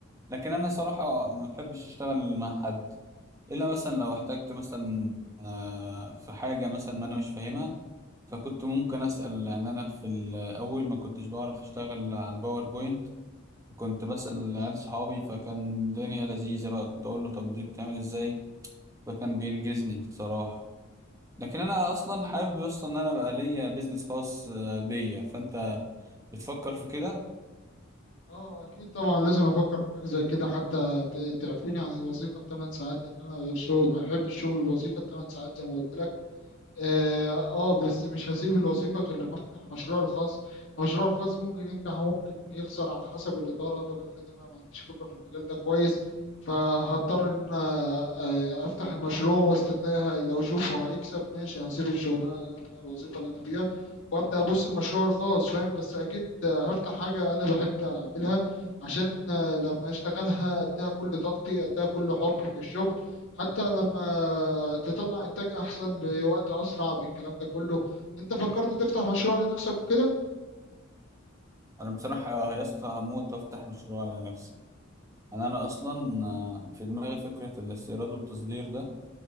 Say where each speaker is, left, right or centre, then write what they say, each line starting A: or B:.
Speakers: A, on the right (about 15°); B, on the left (about 65°).
A: لكن أنا صراحة ما بحبش أشتغل مع حد إلا مثلا لو احتجت مثلا آه، في حاجة مثلا أنا مش فاهمها فكنت ممكن أسأل لأن أنا في الأول ما كنتش بعرف أشتغل على الباوربوينت كنت بسأل عيال صحابي فكان الدنيا لذيذة بقى كنت أقول له طب دي بتعمل إزاي فكان بينجزني صراحة لكن أنا أصلا حابب أصلا إن أنا بقى ليا بيزنس خاص آه، بيا فأنت بتفكر في كده
B: اه اكيد طبعا لازم افكر في حاجه زي كده حتى ت- تعفيني عن الوظيفه الثمان ساعات لان انا شغل بحب الشغل الوظيفه الثمان ساعات زي ما قلت لك اه آه، بس مش هسيب الوظيفة غير لما افتح مشروعي الخاص مشروعي الخاص ممكن ينجح وممكن يخسر على حسب الإدارة طب افرض انا ما عنديش خبرة في المجال ده كويس فهضطر ان أنا، آه، افتح المشروع واستناها لو اشوفه هيكسب ماشي هسيب الشغلانة اللي انا فيها الوظيفة اللي انا فيها وابدا ابص المشروع الخاص فاهم بس اكيد هفتح حاجة انا بحب اعملها عشان آه، لما اشتغلها اديها كل طاقتي اديها كل حبي في الشغل حتى لما تطلع انتاج احسن بوقت اسرع بالكلام ده كله انت فكرت تفتح مشروع لنفسك وكده
A: أنا بصراحة يا اسطى هموت وأفتح مشروع لنفسي أنا أنا أصلا آه، في دماغي فكرة الاستيراد والتصدير ده